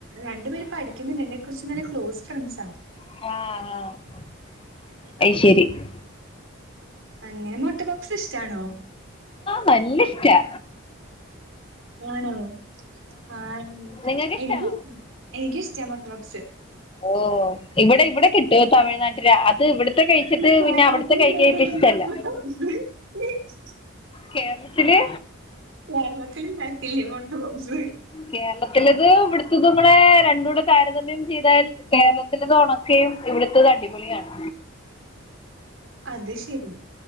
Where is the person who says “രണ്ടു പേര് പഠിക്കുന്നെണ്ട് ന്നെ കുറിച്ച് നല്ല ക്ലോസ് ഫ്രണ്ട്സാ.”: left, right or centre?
Right